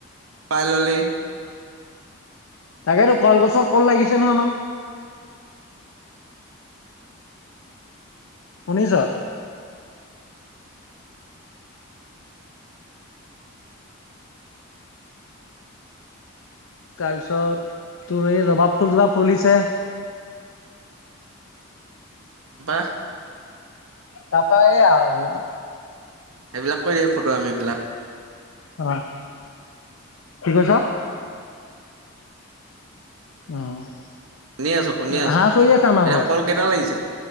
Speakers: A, on the right (about 85°); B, on the left (about 80°).
A: পাই ললে।
B: তাকে টো কলগছৰ কল লাগিছে নহয় আমাৰ। শুনিছ। তাৰপিছত তোৰ এই জবাব ফুল জবা ফুলিছে।
A: ৱাহ।
B: তাপা এই আৰু।
A: সেইবিলাক কৈ দিয়ে ফটো আমি এইবিলাক।
B: অ কি কৈছ? অঁ।
A: শুনি আছো শুনি আছো
B: হাঁহ চৰি আছে আমাৰ
A: এতিয়া
B: ঘৰত
A: কল কেইটা লাগিছে